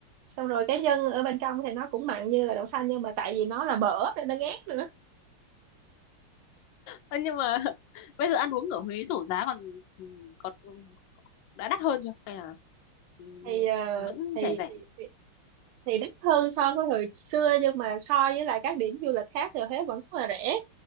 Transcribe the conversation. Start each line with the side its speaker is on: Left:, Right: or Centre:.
Right: xong rồi cái nhân ở bên trong thì nó cũng mặn như là đậu xanh nhưng mà tại vì nó là mỡ nên nó ngát nữa
Left: Ơ, nhưng mà <laughs> bây giờ ăn uống ở Huế rổ giá còn còn đã đắt hơn chưa hay là ừ,
Right: thì ờ,
Left: vẫn
Right: thì,
Left: rẻ rẻ
Right: thì thì thì đắt hơn so với hồi xưa nhưng mà so với lại các điểm du lịch khác thì Huế vẫn rất là rẻ